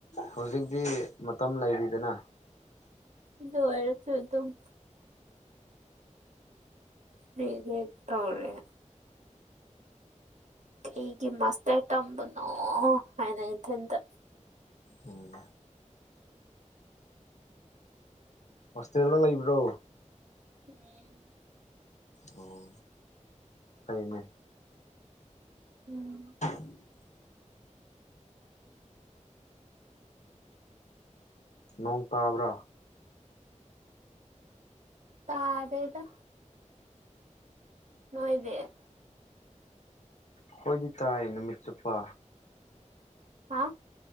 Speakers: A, on the left; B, on the right.
A: ꯍꯧꯖꯤꯛꯇꯤ ꯃꯇꯝ ꯂꯩꯔꯤꯗꯅ
B: ꯑꯗꯨ ꯑꯣꯏꯔꯁꯨ ꯑꯗꯨꯝ ꯔꯤꯒ꯭ꯔꯦꯠ ꯇꯧ꯭ꯔꯦ ꯀꯩꯒꯤ ꯃꯥꯁꯇꯔ ꯇꯝꯕꯅꯣ ꯍꯥꯏꯅ ꯏꯊꯟꯇ
A: ꯎꯨꯝ ꯍꯣꯁꯇꯦꯜꯗ ꯂꯩꯕ꯭ꯔꯣ
B: ꯎꯝ
A: ꯑꯣ ꯑꯩꯅꯦ
B: ꯎꯨꯝ
A: <inaudible> ꯅꯣꯡ ꯇꯥꯕ꯭ꯔꯥ
B: ꯇꯥꯗꯦꯗ ꯅꯣꯏꯗꯤ
A: ꯑꯈꯣꯏꯗꯤ ꯇꯥꯏ ꯅꯨꯃꯤꯠ ꯆꯨꯞꯄ
B: ꯍꯥ